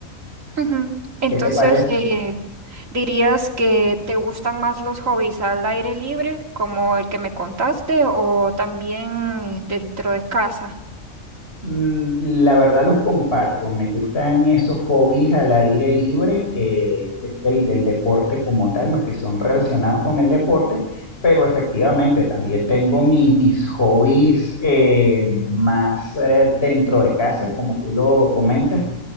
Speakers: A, on the right (about 70°); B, on the left (about 50°).
A: Ujú. Entonces,
B: ¿Qué te parece?
A: eh, ¿dirías que te gustan más los hobbies al aire libre, como el que me contaste, o también dentro de casa?
B: Mm, La verdad los comparto. Me gustan esos hobbies al aire libre, que que es el del deporte como tal, los que son relacionados con el deporte, pero efectivamente también tengo mis, mis hobbies eh, más eh, dentro de casa, como tú lo comentas